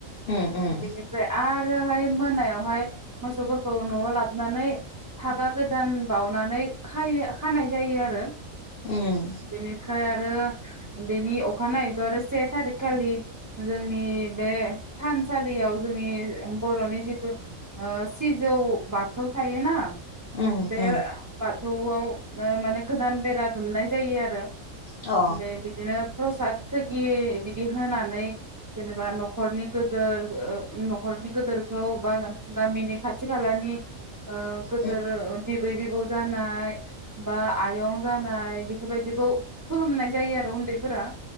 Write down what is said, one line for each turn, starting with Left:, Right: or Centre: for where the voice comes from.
Left: उम उम
Right: बेनिफ्राय आरोहाय मोनायावहाय मोसौफोरखौ न'आव लाबोनानै फागा गोदान बाउनानै खायो खानाय जायो आरो। बेनिफ्राय
Left: उम
Right: आरो बेनि अखानायैथ' आरो से थारिकखालि जोंनि बे थानसालियाव जोंनि बर'नि जिथु ओ सिजौ बाथौ थायोना
Left: उम
Right: बे
Left: उम
Right: बाथौआव ओ माने गोदान बेरा दुमनाय जायो आरो।
Left: अ
Right: बे बिदिनो प्रसाद थोरगि बिदि होनानै जेनेबा न'खरनि गोदोर ओ न'खरनि गोदोरखौ बा गामिनि खाथि खालानि ओ गोदोर
Left: उम
Right: बिबै बिबौ जानाय बा आयं जानाय बेफोरबायदिखौ खुलुमनाय जायो आरो उन्दैफोरा।